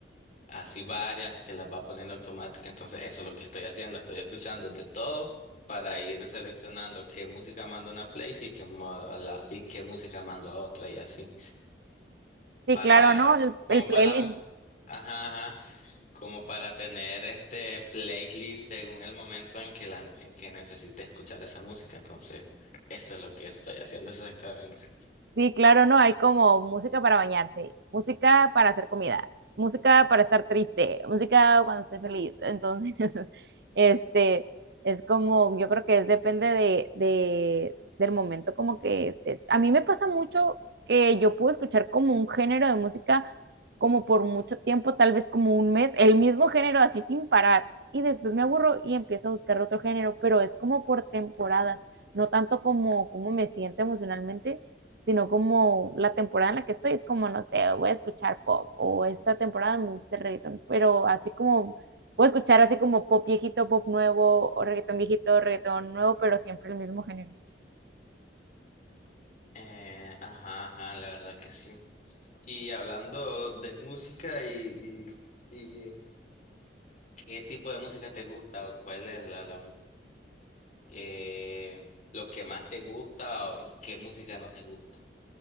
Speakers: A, on the left (about 45°); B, on the right (about 65°).
A: así varias que las va poniendo automática. Entonces, eso es lo que estoy haciendo. Estoy escuchando de todo para ir seleccionando qué música mando a una playlist y qué, mo- a la- y qué música mando a otra y así.
B: Sí,
A: Para,
B: claro, ¿no? El,
A: como
B: el
A: para
B: playlist
A: un, ajá, ajá, como para tener este playlist según el momento en que la, en que necesite escuchar esa música. Entonces, eso es lo que estoy haciendo exactamente.
B: Sí, claro, no, hay como música para bañarse, música para hacer comida, música para estar triste, música cuando esté feliz. Entonces, <laughs> este, es como, yo creo que es depende de, de- del momento como que estés. A mí me pasa mucho que yo puedo escuchar como un género de música como por mucho tiempo, tal vez como un mes, el mismo género así sin parar. Y después me aburro y empiezo a buscar otro género, pero es como por temporadas, no tanto como, como me siento emocionalmente sino como la temporada en la que estoy es como, no sé, voy a escuchar pop o esta temporada me gusta el reggaetón, pero así como puedo escuchar así como pop viejito, pop nuevo, o reggaetón viejito, reggaetón nuevo, pero siempre el mismo género.
A: Eh, ajá, ajá, la verdad que sí. Y hablando de música y, y- y ¿Qué tipo de música te gusta o cuál es la, la mu- eh, lo que más te gusta o, y qué música no te gusta?